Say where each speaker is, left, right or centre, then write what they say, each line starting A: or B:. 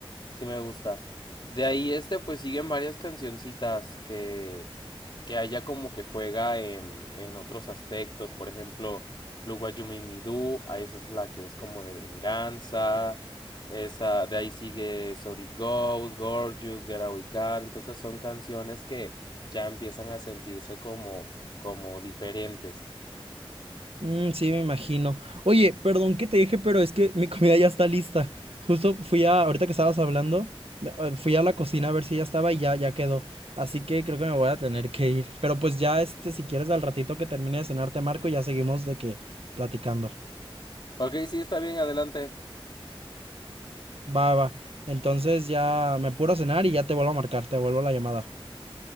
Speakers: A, on the left; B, on the right.
A: Sí me gusta. De ahí este, pues siguen varias cancioncitas que, que haya como que juega en, en otros aspectos. Por ejemplo, Luwayumi Midu, a esa es la que es como de venganza. Esa, de ahí sigue Sorry Goes, Gorgeous, Getaway Car. Entonces son canciones que ya empiezan a sentirse como, como diferentes.
B: Mm, sí, me imagino. Oye, perdón que te dije, pero es que mi comida ya está lista. Justo fui a, ahorita que estabas hablando, me- eh, fui a la cocina a ver si ya estaba y ya, ya quedó. Así que creo que me voy a tener que ir. Pero pues ya, este, si quieres al ratito que termine de cenar, te marco y ya seguimos de que platicando.
A: Ok, sí, está bien, adelante.
B: Va, va. Entonces ya me apuro a cenar y ya te vuelvo a marcar, te vuelvo la llamada.